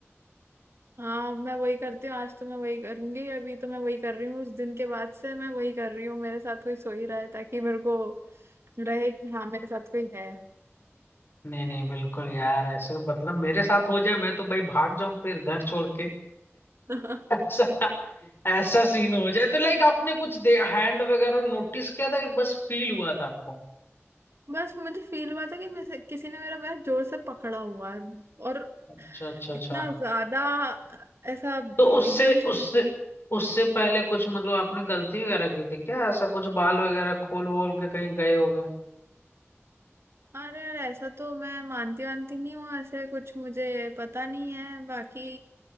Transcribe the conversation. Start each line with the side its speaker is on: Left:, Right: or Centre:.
Right: हाँ अब मैं वही करती हूँ आज तो मैं वही करूंगी अभी तो मैं वही कर रही हूँ उस दिन के बाद से मैं वही कर रही हूँ मेरे साथ कोई सो ही रहा है ताकि मेरे को रहे कि हाँ मेरे साथ कोई है
Left: नहीं नहीं बिल्कुल यार ऐसे मतलब मेरे साथ हो जाए मैं तो भाई भाग जाऊं फिर घर छोड़ के
Right: <laughs>
Left: ऐसा ऐसा सीन हो जाए तो लाइक आपने कुछ दे हैंड वगैरह नोटिस किया था बस फील हुआ था आपको
Right: बस मुझे फील हुआ था कि मैं से- किसी ने मेरा पैर जोर से पकड़ा हुआ है और
Left: अच्छा अच्छा अच्छा
Right: इतना ज्यादा ऐसा
Left: तो उससे
Right: एकदम से
Left: उससे उससे पहले कुछ मतलब आपने गलती वगैरह की थी क्या ऐसा कुछ बाल वगैरह खोल वोल के कहीं गए होगे
Right: अरे यार ऐसा तो मैं मानती वानती नहीं हूँ ऐसे कुछ मुझे पता नहीं है बाकी